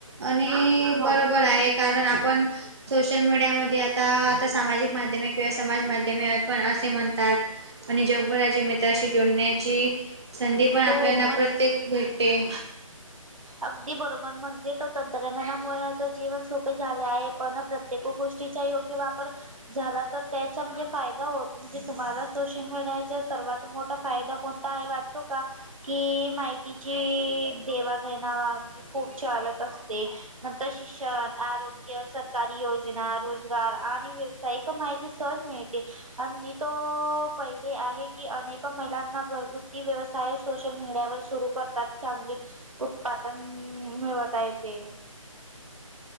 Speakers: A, on the right; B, on the right.
A: आणि बरोबर आहे. कारण आपण सोशल मीडियामध्ये आता- आता सामाजिक माध्यमे किंवा समाज माध्यमे पण असे म्हणतात. आणि जगभराची मित्राशी जोडण्याची, संधी पण आपल्याना
B: हो म्हणजे
A: प्रत्येक भेटते.
B: अगदी बरोबर. म्हणजे तो, तंत्रज्ञानामुळ तर जीवन- सोपे झाले आहे पण, प्रत्येक गोष्टीचा योग्य वापर- झाला तर त्याचा म्हणजे फायदा होत. म्हणजे तुम्हाला सोशल मीडियाचा सर्वात मोठा फायदा- कोणता आहे वाटतो का,? की माहितीची देवा- <unintelligible> <unintelligible> खूप चालत असते. नंतर शिक्षण, आरोग्य सार सरकारी योजना, रोजगार आणि व्यावसायिक माहिती सहज मिळते. आणि मी तर पाहिले आहे की अनेक महिलांना घरगुत- ती व्यवसाय सोशल मीडियावर सुरू करतात चांगली- उत्पादन मिळवत आहे ते.